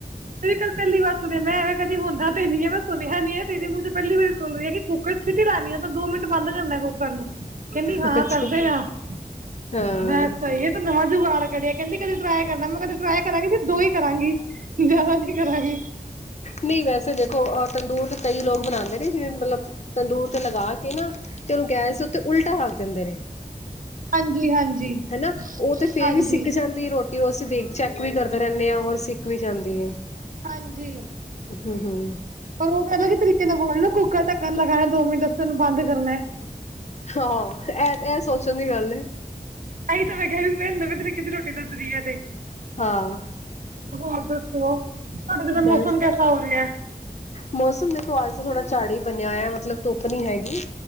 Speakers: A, on the right; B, on the left.
A: ਤੇਰੀ ਕੋਲੋ ਪਹਿਲੀ ਵਾਰ ਸੁਣਿਆ, ਮੈਂ ਐਵੇਂ ਕਦੀ ਹੁੰਦਾ ਤੇ ਨੀ ਹ ਮੈਂ ਸੁਣਿਆ ਨੀ, ਹੈ ਤੇਰੇ ਮੂੰਹ ਪਹਿਲੀ ਵਾਰੀ ਸੁਣ ਰਹ ਕੁੱਕਰ ਚ ਛਿਟੀ ਲਾਣੀ ਆ, ਤਾਂ ਦੋ ਮਿੰਟ ਬੰਦ ਕਰਨਾ ਕੁੱਕਰ ਨੂੰ ਕਹਿੰਦੀ ਹਾਂ,
B: ਅੱਛਾ
A: ਕਰਦੇ ਹਾਂ
B: ਹਾਂ
A: ਬਸ ਸਹੀ ਹੈ। ਨਵਾਂ ਜੁਗਾੜ ਕਢਿਆ ਕਹਿੰਦੀ ਕਦੇ ਟਰਾਈ ਕਰਨਾ, ਮੈਂ ਕਦੇ ਟਰਾਈ ਕਰਾਂਗੀ ਤੇ ਦੋ, ਹੀ ਕਰਾਂਗੀ। ਜ਼ਿਆਦਾ ਨੀ ਕਰਾਂਗੀ
B: ਨਹੀਂ ਵੈਸੇ ਦੇਖੋਹ, ਤਦੂਰ ਤੇ ਕਈ ਲੋਕ ਬਣਾਂਦੇ ਨੇ, ਜਿਵੇਂ ਮਤਲਬ ਤੰਦੂਰ ਤੇ ਲਗਾ ਕੇ ਨਾ ਤੇ ਉਹਨੂੰ, ਗੈਸ ਦੇ ਉੱਤੇ ਉਲਟਾ ਰੱਖ ਦਿੰਦੇ ਨੇ।
A: ਹਾਂਜੀ -ਹਾਂਜੀ।
B: ਹਨਾ, ਉਹ ਤੇ ਫਿਰ
A: ਹਾਂਜੀ
B: ਵੀ ਸਿੱਕ ਜਾਂਦੀ ਰੋਟੀ ਕਿ ਉਹ, ਅਸੀਂ ਦੇਖ ਚੈੱਕ ਵੀ ਕਰਦੇ ਰਹਿੰਦੇ ਹਾਂ, ਔਰ ਸਿੱਖ ਵੀ ਜਾਂਦੀ ਹੈ।
A: ਹਾਂਜੀ।
B: ਹਮ ਹਮ
A: ਪਰ ਉਹ, ਤਾਂ ਅਲੱਗ ਤਰੀਕੇ ਨਾਲ ਖੋਲਣਾ ਕੁੱਕਰ ਟੱਕਣ ਲਗਾਉਣਾ, ਦੋ ਮਿੰਟ ਉਹਨੂੰ ਬੰਦ ਕਰਨਾ ਹੈ।
B: ਹਾਂ, ਇਹ -ਇਹ ਸੋਚਣ ਦੀ ਗੱਲ ਏ,
A: ਆਈ ਤਾਂ ਮੈਂ ਕਿਹਾ, ਨਵੇਂ ਤਰੀਕੇ ਦੀ ਰੋਟੀ ਦੱਸਦੀ ਹੈ ਤੇ
B: ਹਾਂ।
A: ਹੋਰ ਦੱਸੋ, ਤੁਹਾਡੇ ਓਥੇ
B: ਬਸ
A: ਮੌਸਮ ਕੈਸਾ ਹੋ ਰਿਹਾ ਹੈ?
B: ਮੌਸਮ ਦੇਖੋ, ਅੱਜ ਤਾਂ ਥੋੜ੍ਹਾ ਝਾੜ ਹੀ ਬਣਿਆ ਹੈ, ਮਤਲਬ ਧੁੱਪ ਨੀ ਹੈਗੀ।